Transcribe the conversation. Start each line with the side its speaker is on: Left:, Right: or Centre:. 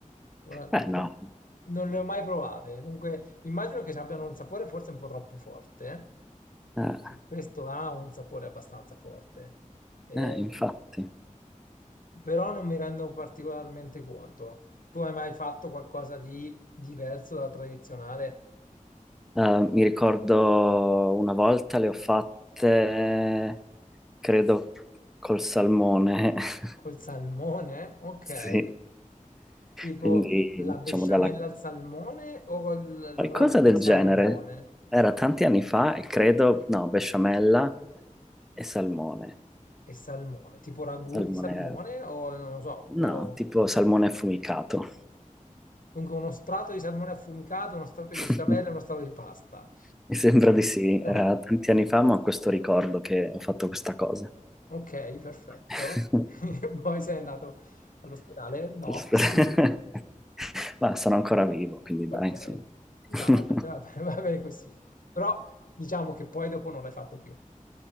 Left: Ora,
Centre: Beh, no,
Left: no- non le ho mai provate, dunque immagino che abbiano un sapore forse un po' troppo forte, eh,
Centre: eh,
Left: perché il pesto ha un sapore abbastanza forte. E,
Centre: eh, infatti.
Left: però non mi rendo particolarmente conto. Tu hai mai fatto qualcosa di diverso dal tradizionale
Centre: Eh, mi ricordo una volta le ho fatte, credo, col salmone, <laughs>
Left: col salmone? Ok,
Centre: sì.
Left: tipo
Centre: Quindi,
Left: la
Centre: diciamo,
Left: besciamella
Centre: dalla...
Left: al salmone o col
Centre: qualcosa
Left: ragù
Centre: del
Left: di salmone
Centre: genere. Era tanti anni fa e credo, no, besciamella e salmone.
Left: e salmone? Tipo ragù
Centre: Salmone,
Left: di salmone o non lo so, o
Centre: no, tipo salmone affumicato.
Left: comunque uno strato di salmone affumicato, uno strato di
Centre: <laughs>
Left: besciamella e uno strato di pasta.
Centre: Mi sembra di sì,
Left: O-
Centre: era tanti anni fa, ma ho questo ricordo che ho fatto questa cosa.
Left: Ok, perfetto.
Centre: <laughs>
Left: <laughs> Poi sei andato all'ospedale? No.
Centre: <laughs>
Left: <laughs>
Centre: Ma sono ancora vivo, quindi dai,
Left: Ok,
Centre: insomma.
Left: no,
Centre: <laughs>
Left: va bene, va bene, <laughs> va bene così. Però diciamo che poi dopo non l'hai fatto più.